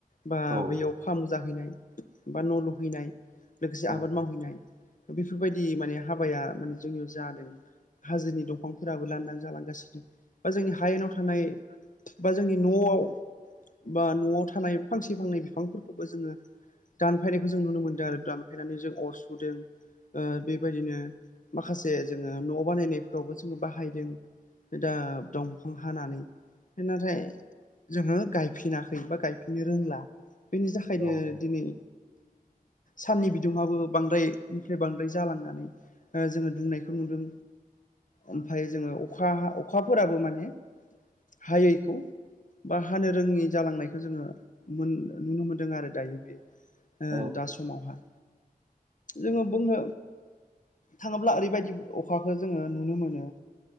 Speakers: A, on the left; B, on the right.
A: बा
B: औ
A: बैयाव फामु जाहैनाय बा न' लुहैनाय लोगोसे
B: औ
A: आबाद मावहैनाय। बेफोरबायदि माने हाबाया माने जोंनियाव जादों। हाजोनि दंफांफोराबो लान्दां जालांगासिनो बा जोंनि हायेनाव थानाय बा जोंनि न'आव बा न'आव थानाय फांसे फांनै बिफांफोरखौबो जोङो दानफायनायखौ जों नुनो मोनदों आरो दानफायनानै जों अर सुदों ओ बेबायदिनो माखासे जोङो न' बानायनायफोरावबो जोङो बाहायदों। दा दंफां हानानै नाथाय जोङो गायफिनाखै बा गायफिननो रोंला। बेनि थाखायनो
B: औ
A: दिनै साननि बिदुंआबो बांद्रायनिफ्राय बांद्राय जालांनानै ओ जोङो दुंनायखौ नुदों। ओमफ्राय जोङो अखा हा अखाफोराबो माने हायैखौ बा हानो रोङि जालांनायखौ जोङो मोन नुनो मोनदों आरो दायो बे ओ
B: औ
A: दा समावहाय। जोंङो बुंनो थांङोब्ला ओरैबायदि अखाखौ जोंङो नुनो मोनो